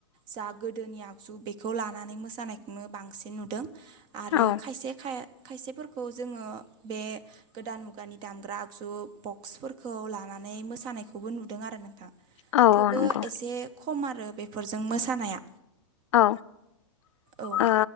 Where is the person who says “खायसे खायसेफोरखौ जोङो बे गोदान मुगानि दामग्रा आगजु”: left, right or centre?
Right